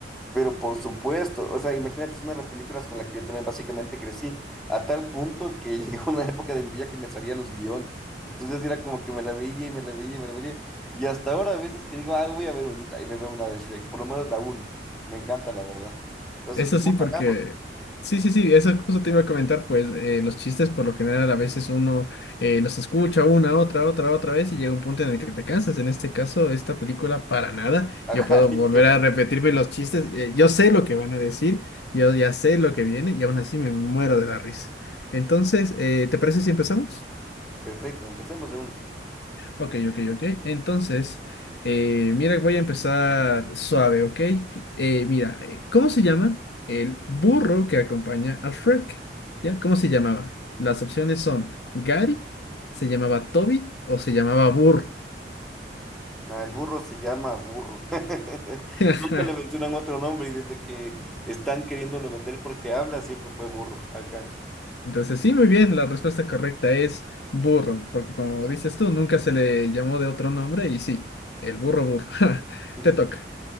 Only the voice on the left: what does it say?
Eso
sí,
porque...
Sí, sí, sí, eso justo te iba a comentar, pues eh, los chistes por lo general a veces uno eh, los escucha una, otra, otra, otra vez y llega un punto en el que te cansas. En este caso, esta película para nada.
Yo puedo
volver a repetirme los chistes. eh, yo sé lo que van a decir, yo ya sé lo que viene y aún así me muero de la risa. Entonces, eh, ¿te parece si empezamos?
Ok, ok, ok. Entonces, eh, mira, voy a empezar suave, ¿ok? Eh, mira, eh, ¿cómo se llama el burro que acompaña a Shrek? ¿Ya? ¿Cómo se llamaba? Las opciones son Gary, se llamaba Toby o se llamaba Burr.
<laughs>
Entonces, sí, muy bien, la respuesta correcta es burro, porque como dices tú, nunca se le llamó de otro nombre y sí, el burro burro. <laughs>
Te toca.